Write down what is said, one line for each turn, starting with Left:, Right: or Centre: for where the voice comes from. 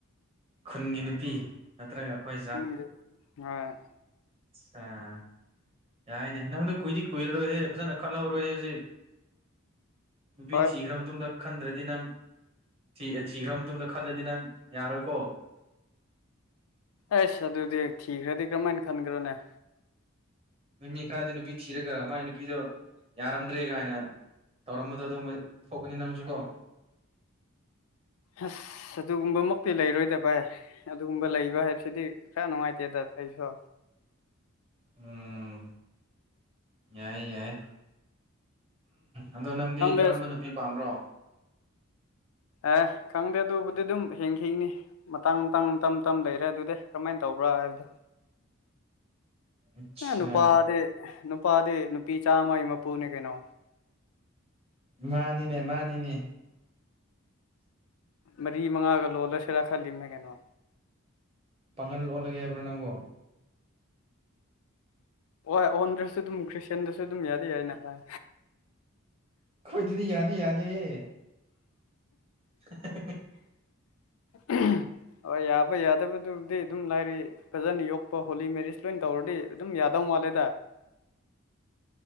Right: ꯈꯨꯟꯒꯤ ꯅꯨꯄꯤ ꯅꯠꯇ꯭ꯔꯒ ꯑꯩꯈꯣꯏ
Left: ꯎꯝ ꯑ
Right: ꯑꯆꯥ ꯌꯥꯏꯅꯦ ꯅꯪꯗ ꯀꯨꯏꯗꯤ ꯀꯨꯏꯔꯔꯣꯏꯍꯦ ꯐꯖꯅ ꯈꯜꯍꯧꯔꯣꯏꯍꯦ ꯍꯧꯖꯤꯛ ꯐ
Left: ꯍꯣꯏ
Right: ꯊꯈ ꯔꯝ ꯇꯗ ꯈꯟꯗ꯭ꯔꯗꯤ ꯅꯪ ꯊꯤ ꯊꯤꯈ꯭ꯔ ꯃꯇꯨꯡꯗ ꯈꯜꯂꯗꯤ ꯅꯪ ꯌꯥꯔꯣꯏꯀꯣ
Left: ꯑꯩꯁ ꯑꯗꯨꯗꯤ ꯊꯤꯈ꯭ꯔꯗꯤ ꯀꯔꯝꯍꯥꯏꯅ ꯈꯟꯈ꯭ꯔꯣꯅꯦ
Right: ꯅꯨꯃꯤ ꯈꯔꯗꯤ ꯅꯨꯄꯤ ꯊꯤꯔꯒ ꯃꯥꯏ ꯅꯨꯄꯤꯗꯣ ꯌꯥꯔꯝꯗ꯭ꯔꯦ ꯀꯥꯏꯅ ꯇꯧꯔꯝꯕꯗꯣ ꯑꯗꯨ ꯊꯣꯛꯀꯅꯤ ꯅꯪꯁꯨꯀꯣ
Left: ꯑꯁ ꯑꯗꯨꯒꯨꯝꯕꯃꯛꯇꯤ ꯂꯩꯔꯣꯏꯗ ꯚꯥꯏ ꯑꯗꯨꯒꯨꯝꯕ ꯂꯩꯕ ꯍꯥꯏꯕꯁꯤꯗꯤ ꯈꯔ ꯅꯨꯡꯉꯥꯏꯇꯦꯗ ꯑꯩꯁꯨ
Right: ꯎꯝ ꯌꯥꯏ ꯌꯥꯏ ꯑꯗꯣ ꯅꯪꯗꯤ
Left: ꯈꯪꯗꯦ
Right: ꯀꯔꯝꯕ ꯅꯨꯄꯤ ꯄꯥꯝꯕ꯭ꯔꯣ
Left: ꯑꯦ ꯈꯪꯗꯦ ꯑꯗꯨꯕꯨꯗꯤ ꯑꯗꯨꯝ ꯍꯦꯡꯈꯤꯅꯤ ꯃꯇꯥꯡ ꯃꯇꯥꯡꯝ ꯇꯝ ꯂꯩꯔꯦ ꯑꯗꯨꯗꯤ ꯀꯔꯝꯃꯥꯏꯅ ꯇꯧꯕ꯭ꯔꯥ ꯍꯥꯏꯕꯗꯣ
Right: ꯑꯠꯁꯥ
Left: ꯑ ꯅꯨꯄꯥꯗ ꯅꯨꯄꯥ ꯅꯨꯄꯥꯗ ꯅꯨꯄꯤ ꯆꯥꯝꯃ ꯑꯩ ꯃꯄꯨꯅꯦ ꯀꯩꯅꯣ
Right: ꯃꯥꯅꯤꯅꯦ ꯃꯥꯅꯤꯅꯦ
Left: ꯃꯔꯤ ꯃꯉꯥꯒ ꯂꯣꯜꯂꯁꯤꯔ ꯈꯜꯂꯤꯝꯅꯦ ꯀꯩꯅꯣ
Right: ꯄꯥꯡꯒꯜ ꯑꯣꯜꯂꯒꯦ ꯍꯥꯏꯕ꯭ꯔꯣ ꯅꯪꯕꯣ
Left: ꯍꯣꯏ ꯑꯣꯟꯗ꯭ꯔꯁꯨ ꯑꯗꯨꯝ ꯈ꯭ꯔꯤꯁꯇꯌꯥꯟꯗꯁꯨ ꯑꯗꯨꯝ ꯌꯥꯗꯤ ꯌꯥꯏꯑꯦꯅ ꯚꯥꯏ
Right: ꯈꯣꯏꯗꯗꯤ ꯌꯥꯗꯤ ꯌꯥꯗꯦꯍꯦ <unintelligible>
Left: ꯎꯝ <unintelligible> ꯍꯣꯏ ꯌꯥꯕ ꯌꯥꯗꯕꯗꯨꯕꯨꯗꯤ ꯑꯗꯨꯝ ꯂꯥꯏꯔꯤ ꯐꯖꯅ ꯌꯣꯛꯄ ꯍꯣꯂꯤ ꯃꯦꯔꯤꯖ ꯂꯣꯏꯅ ꯇꯧꯔꯗꯤ ꯑꯗꯨꯝ ꯌꯥ ꯌꯥꯗꯧ ꯃꯥꯜꯂꯦꯗ